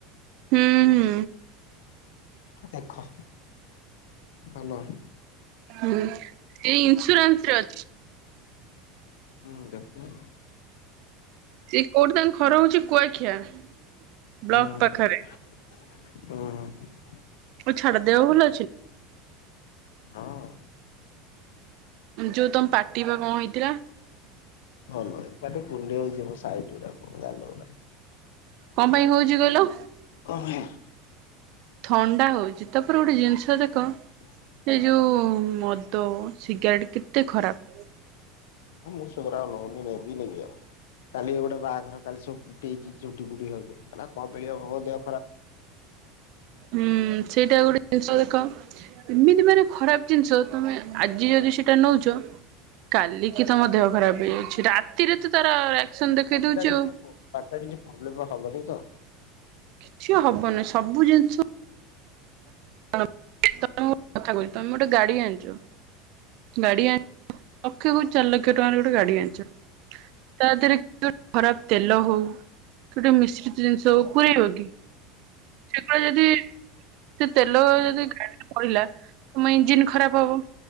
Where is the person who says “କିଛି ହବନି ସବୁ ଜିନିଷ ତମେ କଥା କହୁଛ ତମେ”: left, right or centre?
Right